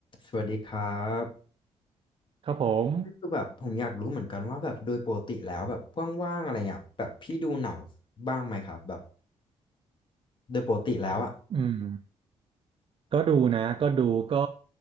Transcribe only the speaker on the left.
สวัสดีครับ
คือแบบผมอยากรู้เหมือนกันว่าแบบโดยปกติแล้วแบบว่างๆอะไรเงี้ยแบบพี่ดูหนังบ้างไหมครับแบบโดยปกติแล้วอะ